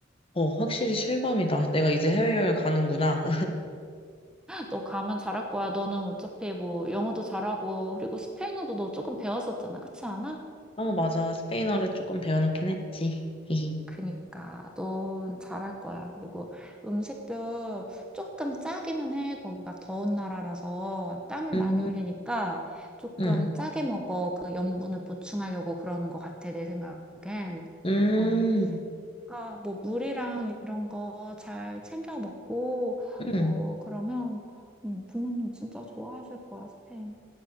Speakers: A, on the left; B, in the centre.
A: 어, 확실히 실감이다. 내가 이제 해외여행 가는구나.
B: 너 가면 잘할 거야. 너는 어차피 뭐 영어도 잘하고 그리고 스페인어도 너 조금 배웠었잖아. 그렇지 않아?
A: 어, 맞아. 스페인어를 조금 배워놓긴 했지. 히히.
B: 그니까 넌 잘할 거야. 그리고 음식도 조금 짜기는 해. 거기가 더운 나라라서 땀을
A: 음,
B: 많이 흘리니까 조금
A: 음,
B: 짜게 먹어. 그 염분을 보충하려고 그러는 것 같아. 내 생각엔.
A: 음,
B: 어, 그러니까 뭐 물이랑 이런 거 잘 챙겨 먹고
A: 음,
B: 뭐 그러면 음, 부모님 진짜 좋아하실 거야, 스페인.